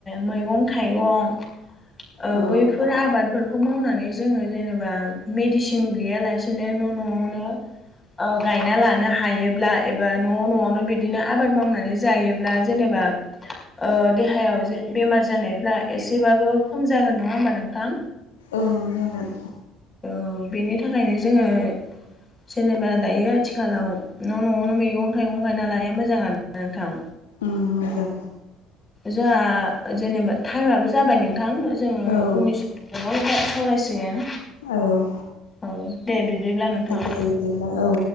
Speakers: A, on the left (about 20°); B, on the left (about 70°).
A: मैगं थाइगं
B: औ
A: बैफोर आबादफोरखौ खौ मावनानै जोङो जेनेबा मेडिसिन गैयालासेनो न' न'आवनो ओ गायना लानो हायोब्ला एबा न' न'आवनो बिदिनो आबाद मावनानै जायोब्ला जेनेबा ओ देहायाव जे बेमार जानायफ्ला एसेबाबो खम जागोन नङा होमबा नोंथां
B: औ जागोन
A: औ बेनि थाखायनो जोङो जेनेबा दायो आथिखालाव न' न'आवनो मैगं थाइगं गायना लानाया मोजांनो आरो ना नोंथां
B: उम मोजां
A: जोंहा जेनेबा टाइमाबो जाबाय नोंथां जोङो
B: औ
A: उननिस साव सावरायसिगोन।
B: औ।
A: औ दे बिदिब्ला नोंथां।
B: दे बिदिब्ला औ।